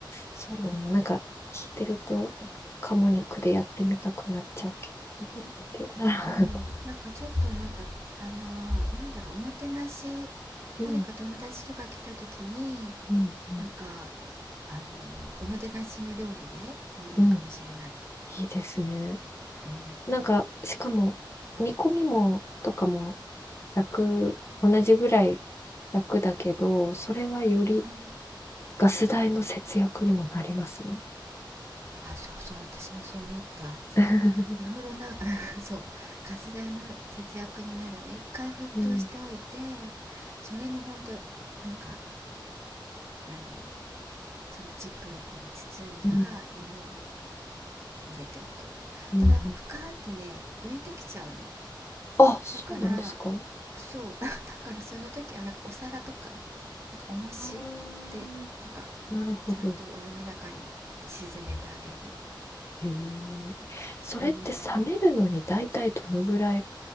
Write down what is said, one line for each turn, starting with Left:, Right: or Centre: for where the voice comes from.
Left: そうだな。なんか聞いてると、鴨肉でやってみたくなっちゃうけど。<laughs> で、な
Right: そうなんかちょっとなんかあのーなんだろうおもてなし
Left: <laughs> うん、
Right: 誰か友達とか来た時に
Left: うん、うん。
Right: なんかあのーおもてなしの料理でもいいかもしれない
Left: うんいいですね。
Right: うん
Left: なんか、しかも、煮込みも、とかも、楽、同じぐらい楽だけど、それはより
Right: うん
Left: ガス代の節約にもなりますね。
Right: あそうそう私もそう思った
Left: <laughs>
Right: いろいろな <laughs> そうガス代の節約になるよね一回沸騰しておいて
Left: うん、
Right: それに本当なんか何そのジップロックに包んだものを
Left: うん、
Right: 入れておくでもなんかプカーってね浮いてきちゃうの
Left: うん、うん。あ、そうなんですか
Right: だからそう <laughs> だからその時はなんかお皿とかなんか重しでなんか
Left: あー、なるほど。
Right: ちゃんとお湯の中にこうやって沈めてあげる
Left: へえ。それって冷めるのに大体どのぐらい
Right: うん